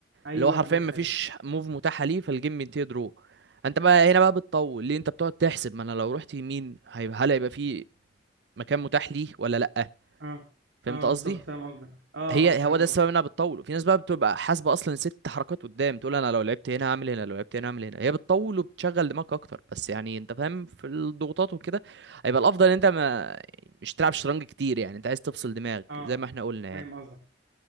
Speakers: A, on the right (about 85°); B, on the right (about 65°).
A: ايوه
B: اللي هو حرفيا
A: عارفها
B: مفيش
A: دي
B: موف متاحه ليه فالجيم بينتهي درو انت بقى هنا بقى بتطول ليه انت بتقعد تحسب ما انا لو رحت يمين هيبقى هل هيبقى في مكان متاح ليه ولا لا
A: اه
B: فهمت
A: اه
B: قصدي
A: بالظبط فاهم قصدك اه
B: هي
A: اه فاهم
B: هو ده السبب
A: قصدك
B: انها بتطول وفي ناس بقى بتبقى حاسبه اصلا ست حركات قدام تقول انا لو لعبت هنا هعمل هنا لو لعبت هنا هعمل هنا هي بتطول وبتشغل دماغك اكتر بس يعني انت فاهم في الضغوطات وكده هيبقى الافضل ان انت ما مش تلعب شطرنج كتير يعني انت عايز تفصل دماغك
A: اه
B: زي ما احنا قلنا يعني
A: فاهم قصدك